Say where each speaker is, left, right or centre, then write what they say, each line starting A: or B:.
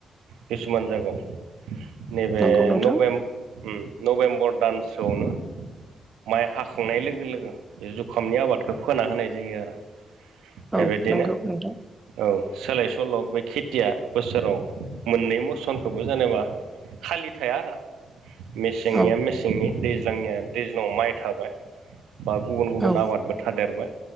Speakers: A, on the right; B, on the right.
A: किसुमान जागायाव नैबे
B: नंगौ नोंथां
A: नभेम नभेम्बर दानसोआवनो। माइ हाखांनाय लोगो लोगो बे जुखामनि आबादखौ फोना होनाय जायो आरो। बेबायदिनो
B: औ नंगौ नोंथां
A: औ सोलाय सोल' बे खेथिया बोसोराव मोननै मसनखौबो जेनेबा खालि थाया आरो। मेसेंनिया
B: औ
A: मेसेंनि दैज्लांनिया दैज्लां माइ थाबाय। बा गुबुन गुबुन
B: औ
A: आबादबो थादेरबाय